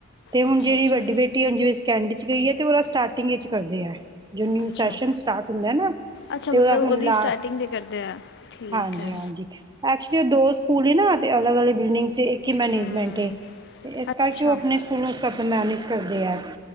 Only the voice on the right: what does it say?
ਤੇ ਹੁਣ
ਜਿਹੜੀ
ਵੱਡੀ ਬੇਟੀ ਹੁਣ ਜਿਵੇ ਸੈਕੰਡਰੀ ਚ ਗਈ ਐ ਤੇ ਉਹਦਾ ਸਟਾਰ ਟਿੰਗ ਚ ਕਰਦੇ ਐ। ਜੋ ਨਿਊ
ਸੈਸ਼ਨ ਸਟਾਰਟ ਹੁੰਦਾ ਨਾ
ਤੇ
ਉਹਦਾ ਹੁਣ
ਲਾ
ਹਾਂਜੀ-ਹਾਂਜੀ
ਐਕਚੁਲੀ ਦੋ ਸਕੂਲ ਏ ਨਾ ਤੇ ਅਲਗ-ਅਲਗ ਬਿਲਡਿੰਗਸ ਇੱਕ ਹੀ ਮੈਨੇਜਮੈਂਟ
ਏ, ਇਸ
ਕਰਕੇ ਉਹ ਆਪਣੇ ਸਕੂਲੋਂ ਸੱਭ ਮੈਨੇਜ ਕਰਦੇ ਆ